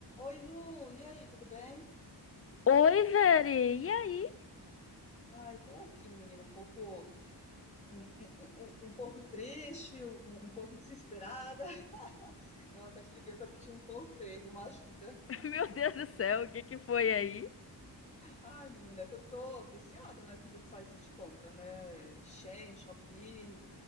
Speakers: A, on the left; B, on the left.
A: Oi, Lu, e aí, tudo bem?
B: Oi, Veri. E aí?
A: Ai, tô aqui, menina, um pouco, um, um, um, um um pouco triste, um, um um pouco desesperada. <laughs> Eu até te liguei pra pedir um conselho, uma ajuda.
B: <laughs> Meu Deus do céu, o que que foi aí?
A: Ai, menina, é que eu tô viciada naqueles sites de compra, né? Shein, Shopee.